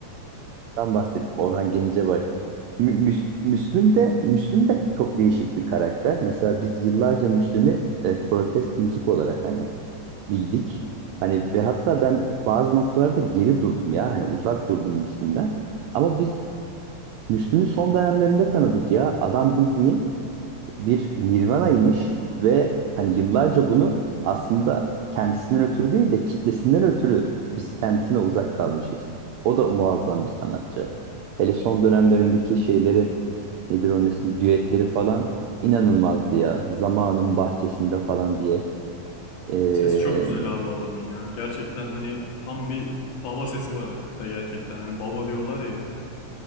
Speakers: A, on the right; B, on the left.
A: Ben bahsettim Orhan Gencebay. Mü- Müs- Müslüm de Müslüm de çok değişik bir karakter. Mesela biz yıllarca Müslüm'ü e, protest müzik olarak hani bildik. Hani ve hatta ben bazı noktalarda geri durdum ya. Hani uzak durdum Müslüm'den. Ama biz Müslüm'ü son dönemlerinde tanıdık ya. Adam bildiğin bir Nirvana'ymış ve hani yıllarca bunu aslında kendisinden ötürü değil de kitlesinden ötürü biz kendisine uzak kalmışız. O da muazzam bir sanatçı. Hele son dönemlerindeki şeyleri nedir onun ismi düetleri falan inanılmazdı ya. Zamanın bahçesinde falan diye. Ee,
B: Sesi çok güzel abi o adamın ya. Gerçekten hani tam bir baba sesi var herifte gerçekten. Hani baba diyorlar ya herife.